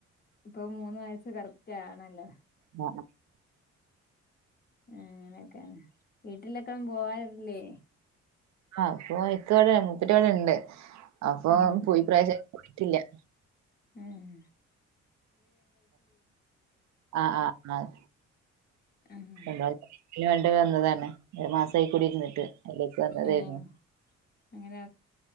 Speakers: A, on the left (about 30°); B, on the right (about 65°).
A: ഇപ്പൊ മൂന്ന് വയസ്സ് കറക്റ്റ് ആണല്ലോ
B: <unintelligible>
A: ഏഹ് അങ്ങെനെക്കാണ് വീട്ടിലൊക്കെം പോവാറ്ല്ലേ
B: ആഹ് അപ്പൊ ഇക്കവെടെ മുപ്പെര്‌വെടെണ്ട് അപ്പൊ
A: ആഹ്
B: പോയ് ഇപ്രാവ്ശ്യം പോയിട്ടില്ലാ
A: ഏഹ് ഏഹ്
B: ആഹ് ആഹ്
A: ആഹ്
B: ണ് എന്ത <unintelligible> വേണ്ടി വെന്നതാണ് ഒരു മാസായി കുടിര്ന്ന്ട്ട് അയ്ലേക്ക് വന്നെതേയ്ര്ന്നു
A: ഏഹ് അങ്ങനെ